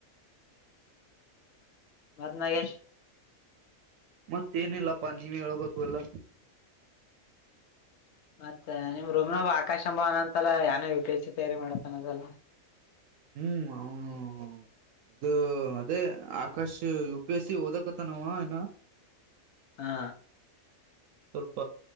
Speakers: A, on the left; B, on the right.
A: ಮತ್ತ ನಾಗೇಶ.
B: ಮತ್ತೇ ಏನಿಲ್ಲಪ್ಪಾ ನೀವೇ ಹೇಳ್ಬೇಕು ಎಲ್ಲಾ.
A: ಮತ್ತ ನಿಮ್ಮ ರೂಮನೋಗ ಆಕಾಶ ಎಂಬವ ಅಂತಲ್ಲ ಯಾನೋ ಯು ಪಿ ಎಚ್ ಸಿ ತಯಾರಿ ಮಾಡತನ ಹೊದಲ.
B: ಹು ಅವ ಇದು ಅದೇ ಆ Akash U P S C ಓದಕತ್ತಾನ ಅವಾ ಇನ್ನ.
A: ಹಾ
B: ಸ್ವಲ್ಪ